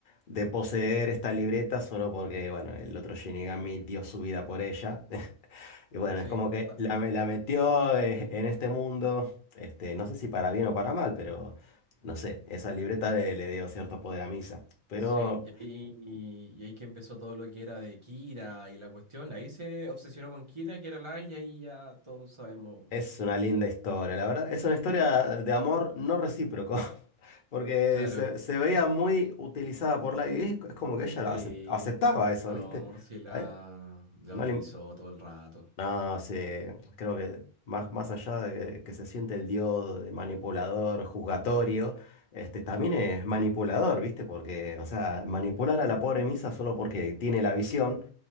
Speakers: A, on the left; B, on the right.
A: de poseer esta libreta solo porque, bueno, el otro Shinigami dio su vida por ella. <laughs> Y bueno,
B: Sí,
A: es como que
B: ta-
A: la, me- la metió eh, en este mundo, este, no sé si para bien o para mal, pero no sé, esa libreta le, le dio cierto poder a Misa. Pero
B: sí, y ahí, y ahí que empezó todo lo que era de Kira y la cuestión. Ahí se obsesionó con Kira, que era Light, y ahí ya todos sabemos.
A: es una linda historia, la verdad, es una historia de amor no recíproco, <laughs> porque
B: Claro,
A: se, se veía muy utilizada por la y es, es como que ella
B: sí.
A: lo acep- aceptaba eso,
B: No,
A: ¿viste?
B: sí la,
A: A e-
B: la
A: no
B: utilizó
A: le,
B: todo el rato.
A: No, se, creo que más, más allá de que, que se siente el dios de manipulador, juzgatorio, este, también es manipulador, ¿viste? Porque, o sea, manipular a la pobre Misa solo porque tiene la visión,